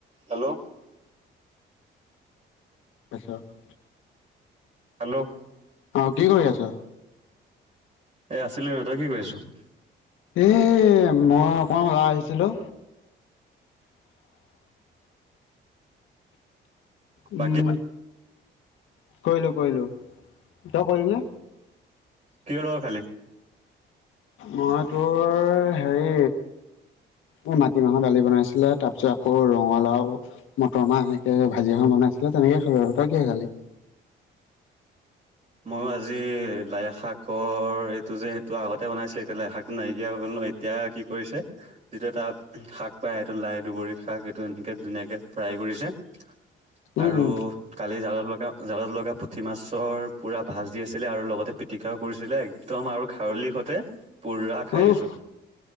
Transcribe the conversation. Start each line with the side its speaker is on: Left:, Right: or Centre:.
Right: Hello
Left: <unintelligible>
Right: hello
Left: অ কি কৰি আছ
Right: এ আছিলোঁ তই কি কৰি আছ।
Left: এই মই অকণমান উলাই আহিছিলোঁ। উম
Right: বাকী
Left: কৰিলো কৰিলো তই কৰিলি নে।
Right: কি হৰ লগত খালি।
Left: মই তোৰ হেৰি। ম মাটিমাহৰ দালি বনাইছিলে তাৰ পিছত আকৌ ৰঙালাও। মটৰ মাহ এনেকৈ ভাজি এখন বনাইছিলে তেনেকৈ খালো আৰু তই কিহে খালী।
Right: ময়ো আজি লাইশাকৰ এইটো যে সেইটো আগতে বনাইছিলে এতিয়া লাইশাকটো নাইকিয়া হৈ গ'ল ন। এতিয়া কি কৰিছে। যিটো এটা শাক পায় এইটো লাই দুবৰী শাক এইটো এনেকে ধুনীয়াকে ফ্ৰাই কৰিছে।
Left: উম
Right: আৰু
Left: উম
Right: কালি জালত লগা জালত লগা পুঠি মাছৰ পুৰা। ভাজি আছিলে আৰু লগতে পিটিকাও কৰিছিলে একদম আৰু খাৰলি সতে পোৰা খাই
Left: উহ
Right: দিছো।